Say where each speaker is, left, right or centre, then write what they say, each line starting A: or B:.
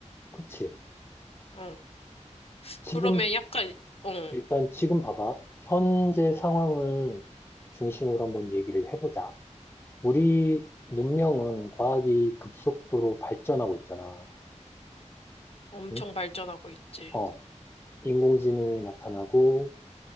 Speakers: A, on the left; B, on the left.
A: 그치?
B: 어,
A: 지금
B: 그러면 약간, 어,
A: 일단 지금 봐봐. 현재 상황을 중심으로 한번 얘기를 해보자. 우리 문명은 과학이 급속도로 발전하고 있잖아.
B: 엄청
A: 응?
B: 발전하고 있지.
A: 어, 인공지능이 나타나고,